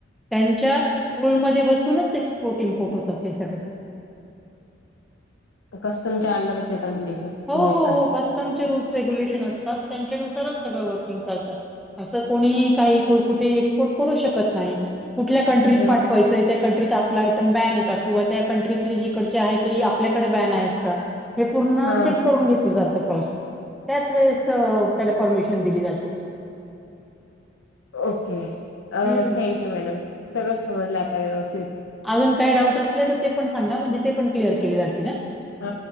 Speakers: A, in the centre; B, on the left.
A: त्यांच्या रूलमध्ये बसूनच पोटीन पोट होतात हे सगळे.
B: कस्टमच्या अंडरच येत म्हणजे. हे
A: हो, हो,
B: पण
A: हो कस्टमचे रूल्स रेग्युलेशन असतात त्यांच्यानुसारच सगळं वर्किंग चालतात. असं कोणी काही कुठे एक्सपोर्ट करू शकत नाही कुठल्या कंट्रीत
B: ह
A: पाठवायचंय त्या कंट्रीत आपला आयटम बॅन आहे का किंवा त्या कंट्रीतले जीकडचे आहे ते आपल्याकडे बॅन आहेत का. हे पूर्ण
B: हा
A: चेक जातो क्रॉस त्याच वेळेस त्याला परमिशन दिली जाते.
B: ओके
A: हम्म
B: थँक्यू मॅडम सगळ्या समजला आता व्यवस्थित.
A: अजून काय डाऊट असले तर ते पण सांगा म्हणजे ते पण क्लिअर केले जातील हा.
B: अ